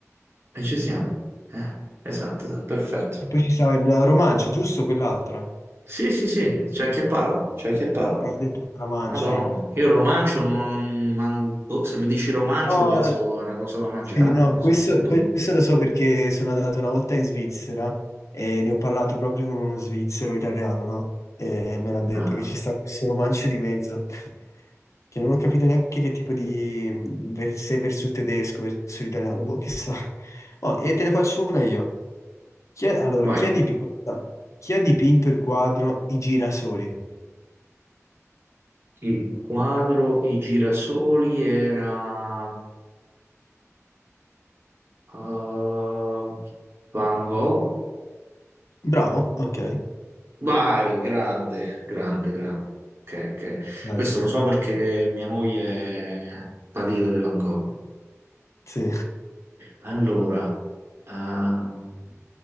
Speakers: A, on the right; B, on the left.
A: e ci siamo. Eh, esatto, esatto, perfetto.
B: E poi ci sta il Romancio, giusto? Quell'altra.
A: Sì, sì, sì, ci ha acchiappato, ci ha
B: Sì,
A: acchiappato.
B: eh, ho detto Romancio
A: Madonna,
B: io.
A: io il romancio non... man- boh, se mi dici romancio
B: No,
A: penso a una cosa da mangiare,
B: Sì, no,
A: che ne
B: questo,
A: so. boh.
B: questo lo so perché sono andato una volta in Svizzera e ne ho parlato proprio con uno svizzero italiano, no? E me l'ha detto
A: Ah.
B: che ci sta questo romancio di mezzo, <laughs> che non ho capito neanche che tipo di... ver- se verso il tedesco, verso l'italiano, boh, chissà. <laughs> Oh, e te ne faccio una io. Chi è- allora,
A: Vai.
B: chi ha dipi- questa- chi ha dipinto il quadro I girasoli?
A: Il quadro I girasoli era eh, Van Gogh.
B: Bravo, ok.
A: Vai, grande, grande, grande. Ok, ok.
B: Dai.
A: Questo lo so perché mia moglie è patita di Van Gogh.
B: Sì.
A: Allora, ehm,